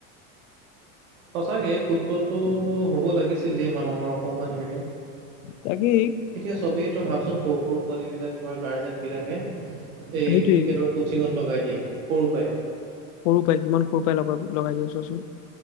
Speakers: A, on the right; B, on the left.
A: সঁচাকে ফুটবলটো হ'ব লাগিছিল দেই মানুহৰ অকমান হেৰি।
B: তাকেই
A: এতিয়া চবেই তই ভাবচোন সৰু সৰু পোৱালী বিলাক ধৰ গাৰ্জেন বিলাকে এই
B: সেইটোৱেই
A: ক্ৰিকেটৰ কোচিঙত লগাই দিয়ে সৰু পৰাই।
B: সৰু পৰাই কিমান সৰুৰ পৰাই লগাব লগাই দিব চোৱা চোন।